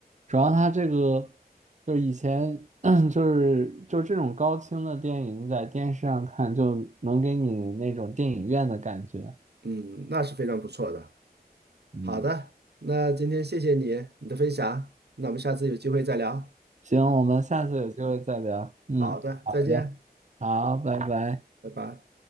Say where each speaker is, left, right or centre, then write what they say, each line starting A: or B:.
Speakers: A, on the right (about 45°); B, on the right (about 85°).
A: 主要它这个就是以前 <clears throat> 就是就是这种高清的电影，你在电视上看就能给你那种电影院的感觉。
B: 嗯，那是非常不错的。
A: 嗯，
B: 好的，那今天谢谢你你的分享，那我们下次有机会再聊。
A: 行，我们下次有机会再聊。嗯，
B: 好的，
A: 好的，
B: 再见，
A: 好，拜拜。
B: 拜拜。